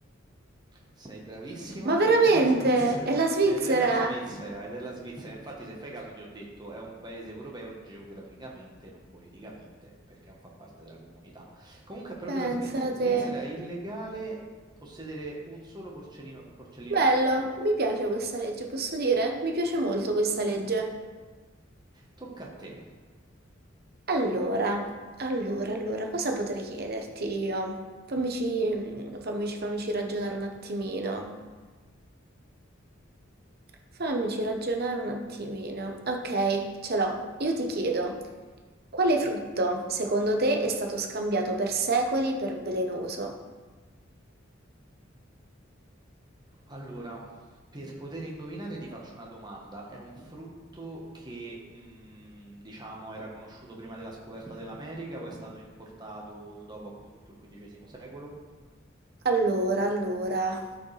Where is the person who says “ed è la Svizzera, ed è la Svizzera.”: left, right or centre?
Right